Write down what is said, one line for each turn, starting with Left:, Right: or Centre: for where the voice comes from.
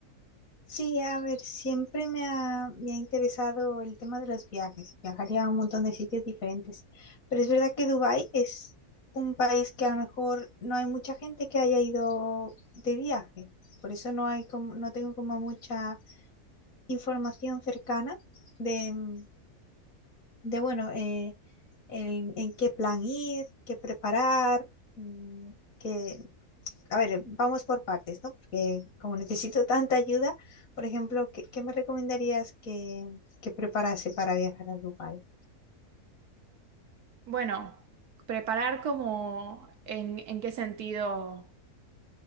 Left: Sí, a ver, siempre me ha, me ha interesado el tema de los viajes. Viajaría a un montón de sitios diferentes. Pero es verdad que Dubái es un país que a lo mejor no hay mucha gente que haya ido de viaje. Por eso no hay como- no tengo como mucha información cercana de, mm, de bueno, eh, el- en qué plan ir, qué preparar, mm, qué, a ver, vamos por partes, ¿no? Porque como necesito tanta ayuda, por ejemplo, ¿qué, qué me recomendarías que, que preparase para viajar a Dubái?
Right: Bueno, preparar como en, en qué sentido.